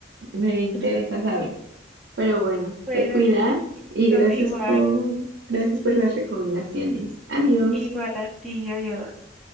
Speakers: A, on the right; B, in the centre.
A: me interesa
B: <laughs>
A: saber. Pero bueno,
B: Bueno,
A: te cuidas
B: listo,
A: y gracias
B: igual,
A: por, gracias por las recomendaciones. Adiós.
B: igual a ti, adiós.